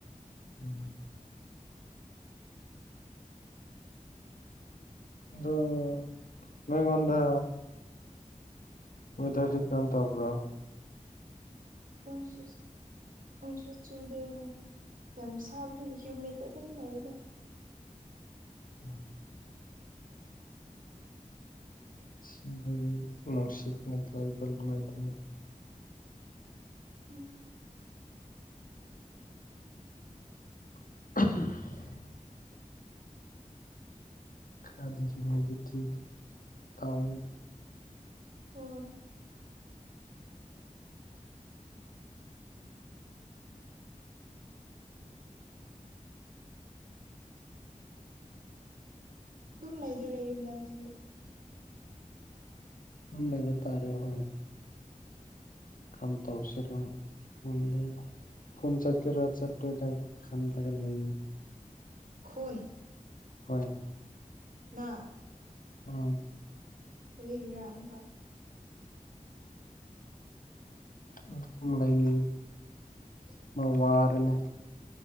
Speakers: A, on the left; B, on the right.
A: ꯎꯝ꯫ ꯑꯣ ꯅꯣꯏ ꯉꯣꯟꯗ ꯋꯦꯗꯔ ꯀ꯭ꯔꯝ ꯇꯕ꯭ꯔꯣ
B: ꯅꯪ ꯁꯁ ꯅꯪꯁꯨꯨ ꯆꯨꯗꯦ ꯅꯪ ꯌꯥꯝ ꯁꯥꯕꯅꯤꯅ ꯍ꯭ꯌꯨꯃꯤꯠꯇ ꯑꯗꯨꯝ ꯂꯩꯗ
A: ꯎꯝ ꯁꯤꯗꯤ ꯅꯨꯡꯁꯤꯠꯅ ꯂꯥꯏꯕ ꯅꯨꯡꯉꯥꯏꯇꯅꯤ
B: ꯎꯝ
A: ꯎꯝ ꯈꯔꯗꯤ ꯍ ꯃꯣꯏꯗꯤ ꯊꯤꯗꯤ ꯇꯥꯎꯋꯦ
B: ꯍꯣꯏ ꯑꯗꯨꯝ ꯂꯩꯗꯣꯏꯔꯦ ꯌꯨꯝꯗ ꯑꯁꯤꯗꯤ
A: ꯑꯗꯨꯝ ꯂꯩꯕꯇꯥꯔꯦ ꯍꯣꯏ ꯀꯝ ꯇꯧꯁꯤꯔꯣ ꯈꯪꯗꯦ ꯈꯣꯟ ꯆꯠ ꯀꯦ ꯔꯠ ꯆꯠꯗꯗ ꯈꯥꯟ ꯇꯦꯜ ꯂꯩ
B: ꯈꯨꯟ
A: ꯍꯣꯏ
B: <inaudible> <unintelligible>
A: ꯎꯝ
B: ꯂꯩꯒꯔ ꯑꯃꯨꯀ
A: ꯎ ꯑꯗꯨ ꯂꯩ ꯑꯃ ꯋꯥꯔꯅꯦ